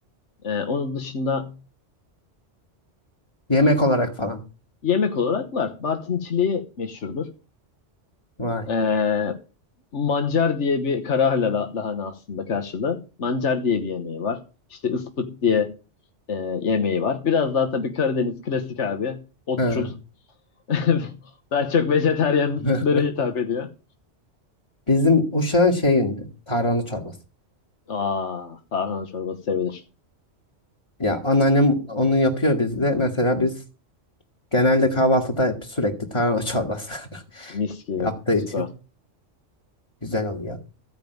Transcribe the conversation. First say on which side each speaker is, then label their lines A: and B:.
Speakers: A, on the left (about 70°); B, on the left (about 25°).
A: Ee, onun dışında
B: Yemek olarak falan.
A: yemek olarak var. Bartın çileği meşhurdur.
B: Vay.
A: Ee, Mancar diye bir kara hala- lahana aslında karşılığı. Mancar diye bir yemeği var. İşte ıspıt diye e, yemeği var. Biraz daha tabii Karadeniz klasik abi. Otçul.
B: He.
A: <laughs> Daha çok vejetaryenlere
B: <laughs>
A: hitap ediyor.
B: Bizim Uşak'ın şey ünlü. Tarhana çorbası.
A: Aa, tarhana çorbası sevilir.
B: Ya anneannem onu yapıyor bizde. Mesela biz genelde kahvaltıda hep sürekli tarhana çorbası <laughs>
A: Mis gibi.
B: yaptığı
A: Süper.
B: için güzel oluyor.